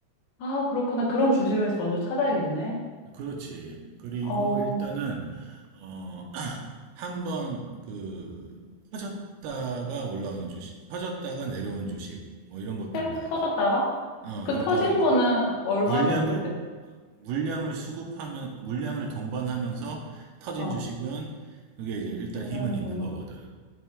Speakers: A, on the left; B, on the right.
A: 아, 그렇구나. 그런 주식을 먼저 찾아야겠네.
B: 그렇지. 그리고
A: 어.
B: 일단은 어, <clears throat> 한 번 그 터졌다가 올라오는 주식, 터졌다가 내려온 주식 뭐 이런 것들
A: 해가
B: 봐야
A: 터졌다가?
B: 돼. 어,
A: 그
B: 그러니까
A: 터진 거는 얼마
B: 물량을
A: 정도? 그,
B: 물량을 수급하면, 물량을 동반하면서 터진
A: 어,
B: 주식은 그게 이제 일단
A: 분량을
B: 힘은 있는
A: 본거나
B: 거거든.